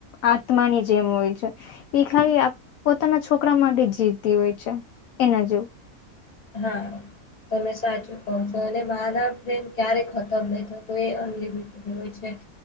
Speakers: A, on the left; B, on the left.
A: આત્માની જેમ હોય છે. એ ખાલી પોતાના છોકરા માટે જ જીવતી હોય છે એના જેવું
B: હા. તમે સાચું કહો છો, અને મારા પ્રેમ ક્યારેય ખતમ નહી થતો એ અનલિમિટેડ હોય છે.